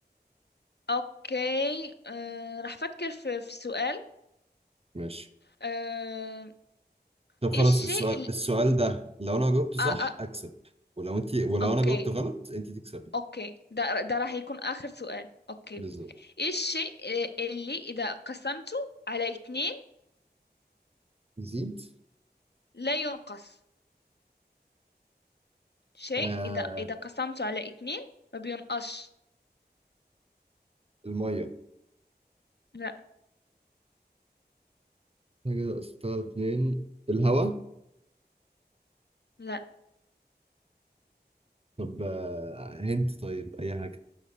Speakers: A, on the left (about 75°); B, on the right (about 35°).
A: اوكي آه راح افكر في في سؤال
B: ماشي
A: آه
B: طب خلاص
A: ايه الشيء
B: السؤال
A: ال...
B: السؤال ده لو أنا جاوبته صح
A: آه آه
B: أكسب ولو أنت ولو
A: اوكي
B: أنا جاوبته غلط أنت تكسبي
A: اوكي ده ده راح يكون آخر سؤال اوكي
B: بالظبط
A: ايه الشيء اللي إذا قسمته على اتنين
B: نزيد
A: لا ينقص شيء
B: آه
A: إذا إذا قسمته على اتنين ما بينقصش
B: المية
A: لا
B: انا كده استار اتنين الهوا
A: لا
B: طب آه، هنت طيب اي حاجة